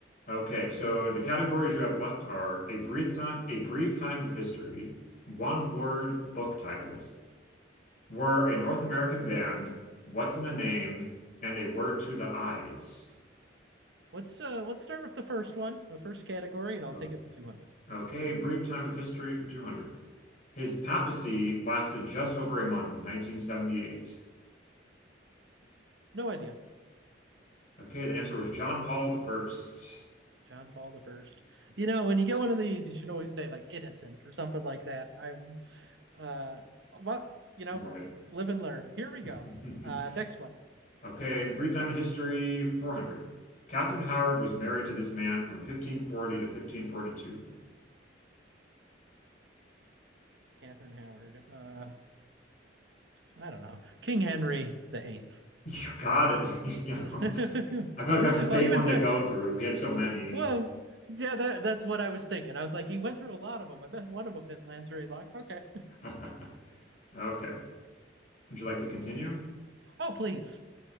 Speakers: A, on the left (about 45°); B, on the right (about 65°).
A: okay, so the categories you have left are a brief time, a brief time of history, one word book titles, were a North American band, what's in a name, and a word to the eyes.
B: Let's uh, let's start with the first one, the first category, and I'll
A: O-
B: take it for two hundred.
A: Okay, brief time of history for 200. His papacy lasted just over a month in 1978.
B: No idea.
A: Okay, the answer was John Paul the First.
B: John Paul the First. You know, when you get one of these, you should always say like innocent or something like that. I, uh, but you know,
A: Right.
B: live and learn. Here we
A: <laughs>
B: go. Uh, next one,
A: Okay, brief time in history for 400. Catherine Howard was married to this man from 1540 to 1542. <laughs>
B: Catherine Howard. Uh, I don't know, King Henry the Eighth.
A: You got it. <laughs> You
B: <laughs>
A: know, I feel like that's a safe
B: well, he was
A: one
B: no.
A: to go through. He had so many.
B: Well, yeah, that that's what I was thinking. I was like, he went through a lot of them. I bet one of them didn't last very long. Okay.
A: <laughs> Okay. Would you like to continue?
B: Oh, please,